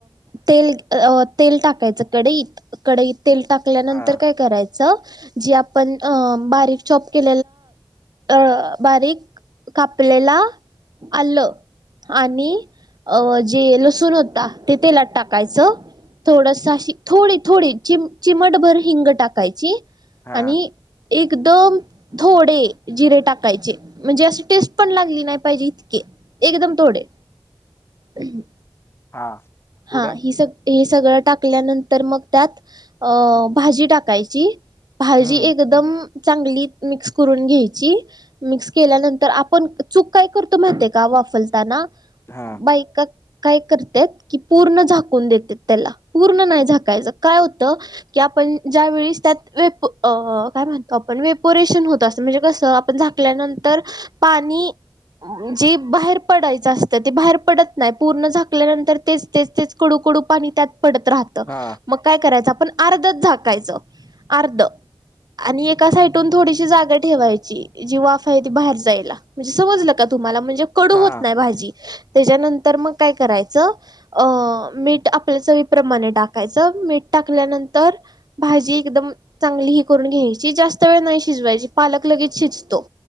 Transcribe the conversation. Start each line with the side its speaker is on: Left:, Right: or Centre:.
Right: तेल तेल टाकायचं कडे इत. कडे इ तेल टाक
Left: हा
Right: ंतर काय कराय ज आपण बकप के अ बारीक कापलेला आलं. आणि अ जे लसूण होता ते तेलात टाकायचं. थोडशी थोडी थोडी च चिमटभर हिंग टाकायची.
Left: हा
Right: आणि एकदम थोडे. जिरे टाकायचे म्हणजे अशी टेस्ट पण लागली नाही पाहिजे इतके एकदम थोडे. ह.
Left: हा. पुढं
Right: हा ही सग. हे सगळं टाकल्यानंतर मग त्यात अ भाजी टाकायची. भाजी
Left: हम्म
Right: एकदम चांगली मिक्स करून घ्यायची. मिक्स केल्यानंतर आपण चूक काय करतो माह का वाफलताना.
Left: हा
Right: बायका काय करतात. की पूर्ण झाकून देते त्याला पूर्ण नाही झाकायचं काय होतं. की आपण ज्या वेस त्यात वे काय म्हणतो आपण वेपोरेशन होत असं म्हणजे कसं आप. ंत पाणीे बाहेर. पडायच असतं ते बाहेर पडत नाही पूर्ण झाकल्यानंतर. तेच तेच तेच कडूकडू पाणी त्यात पडत राहत
Left: हा
Right: मग. काय करायचं आपण अर्धच झाकायचं अर्ध. आणि एका साइडून थोडीशी जागा ठेवायची. जी वाफ आहे ती बाहेर जायला म्हणजे समजलं का तुम्हाला म्हणजे. कडू
Left: हा
Right: होत नाही भाजी त्याच्यानंतर मग काय करायचं. अ मीठ आपल्या चवीप्रमाणे टाकायचं मीठ टाकल्यानंतर. भाजी एकदम. चांगली ही करून घ्यायची जास्त वेळ नाही शिजवायची पालक लगेच शिजतो